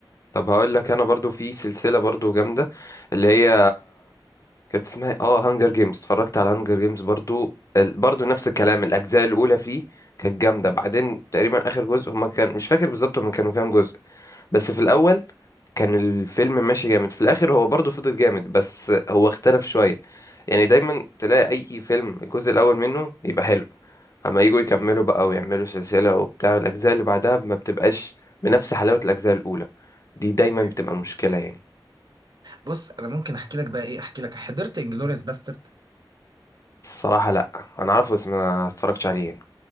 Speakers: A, on the left (about 40°); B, on the right (about 55°).
A: طب هقول لك انا برضو في سلسله برضو جامده اللي هي كانت اسمها إيه؟ اه هانجر جيمز اتفرجت على هانجر جيمز برضو ال- برضو نفس الكلام الاجزاء الاولى فيه كانت جامده بعدين تقريبا اخر جزء هما كان مش فاكر بالظبط هما كانوا كام جزء بس في الاول كان الفيلم ماشي جامد في الاخر هو برضو فضل جامد بس هو اختلف شويه يعني دايما تلاقي اي فيلم الجزء الاول منه يبقى حلو اما يجوا يكملوا بقى ويعملوا سلسله وبتاع الاجزاء اللي بعدها ما بتبقاش بنفس حلاوه الاجزاء الاولى دي دايما
B: اوكي
A: بتبقى مشكله يعني
B: بص انا ممكن احكي لك بقى ايه احكي لك حضرت انجلوريوس باسترد
A: الصراحه لا انا عارفه بس ما اتفرجتش عليه يعني.